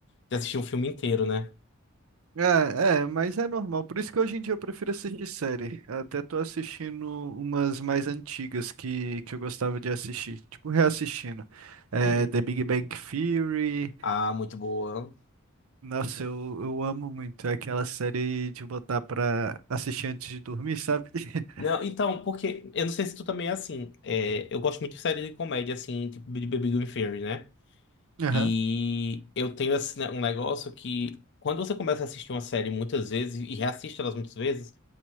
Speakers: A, on the left; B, on the right.
A: de assistir um filme inteiro, né?
B: Ah, é, mas é normal. Por isso que hoje em dia eu prefiro assistir série. Até tô assistindo umas mais antigas que, que eu gostava de assistir, tipo reassistindo. É,
A: Uhum.
B: The Big Bang Theory.
A: Ah, muito boa.
B: Nossa, eu, eu amo muito. É aquela série de botar pra assistir antes de dormir, sabe? <laughs>
A: Não, então, porque eu não sei se tu também é assim. é, eu gosto muito de série de comédia, assim, tipo de Baby Gone Fairy, né?
B: Aham.
A: E eu tenho esse, né, um negócio que quando você começa a assistir uma série muitas vezes e reassiste elas muitas vezes